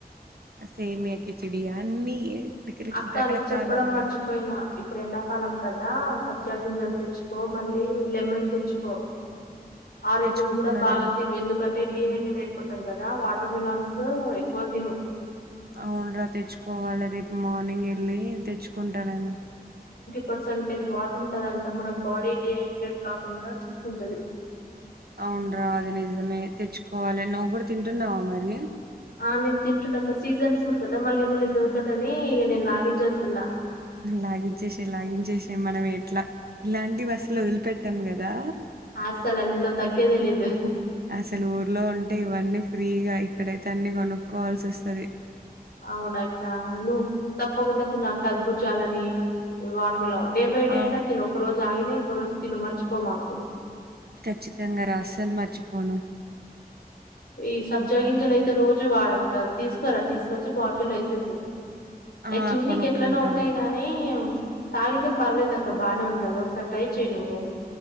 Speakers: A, on the right; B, on the left.
A: సేమియా కిచడి అన్ని రకర-
B: అక్క
A: రకరకాలవన్నీ
B: నీకు చెప్పడం మర్చిపోయినా ఇప్పుడు ఎండాకాలం కద కదా సబ్జా గింజాలు తెచ్చికో మళ్ళీ లెమన్ తెచ్చికో ఆరెంజెలు
A: తెచ్చుకుంటున్నారా
B: కూడా బాగా తిను ఎందుకంటే డిహైడ్రేట్ అయిపోతాం కదా వా వాటర్మెలన్స్ ఎక్కువ తిను
A: అవునురా తెచ్చుకోవాలి రేపు మార్నింగ్ వెళ్ళి తెచ్చుకుంటారయనా
B: పర్సంటేజ్ వాటర్ ఉంటందంటా మనకు బాడీ డిహైడ్రేట్ కాకుండా చూసుకుంటది
A: అవునరా అది నిజమే తెచ్చుకోవాలి నువ్వు కూడా తింటున్నావా మరి
B: ఆ నేను తింటున్నా ఒక సీజన్ ఫ్రూట్ కదా మళ్ళీ మళ్ళీ దొరకదని ఇక నేను లాగించేస్తున్న
A: లాగించేసే లాగించేసే మనం ఎట్లా ఇలాంటి వ అస్లు వదిలిపెట్టాం కదా
B: అస్సలు అందులో తగ్గేదే లేదు
A: అసలు ఊర్లో ఉంటే ఇవన్నీ ఫ్రీగా అయి ఇక్కడైతే అన్ని కొనుక్కోవాల్సి వస్తది
B: అవునక్క నువ్వు తప్పకుండా తిను కర్పుర్జాలని watermelon day by day
A: ఆ
B: అన్న తిను ఒక రోజు జాగిన ఇన్కో రోజు తిను మర్చిపో మాకు
A: ఖచ్చితంగా రా అసలు మరిచిపోను
B: ఈ సబ్జా గింజలు అయితే రోజు రోజు వాడు అక్క తీసుకోరా తీసుకొచ్చి బాటిల్ వేసేసా అవి
A: ఆ
B: చూనీకి
A: కొనుక్కుంటాను
B: ఎట్లనో ఉంటాయి గానీ తాగితే పర్లేదుదక్క బాగానే ఉంటది ఒకసారి ట్రై చెయ్య నువ్వు